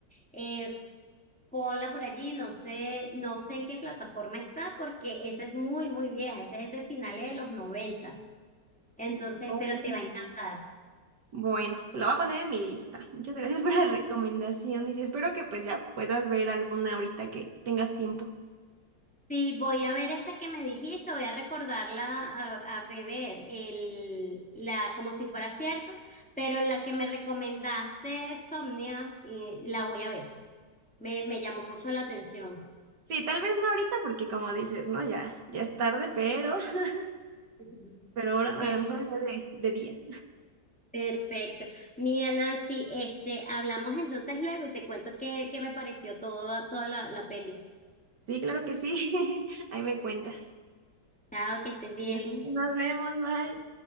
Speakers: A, in the centre; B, on the right.
A: eh, ponla por allí. No sé, no sé en qué plataforma está, porque esa es muy, muy vieja. Esa es de finales de los 90. Entonces,
B: Oh.
A: pero te va a encantar.
B: Bueno, la voy a poner en mi lista. Muchas gracias <laughs> por las recomendaciones y sí, espero que pues ya puedas ver alguna ahorita que tengas tiempo.
A: Sí, voy a ver esta que me dijiste, voy a recordarla, a, a rever el, la, como si fuera cierto, pero la que me recomendaste, Somnia, eh, la voy a ver. Me,
B: Sí.
A: me llamó mucho la atención.
B: Sí, tal vez no ahorita porque como dices, ¿no? Ya, ya es tarde, pero, <laughs>
A: <laughs>
B: pero ahora, a
A: Exacto.
B: lo mejor un día de, de día.
A: Perfecto. Mira, Nancy, este, hablamos entonces luego y te cuento qué, qué me pareció toda, toda la, la peli.
B: Sí, claro que sí. <laughs> Ahí me
A: <laughs>
B: cuentas.
A: Chao, que estés bien.
B: Bueno, Nos vemos, bye.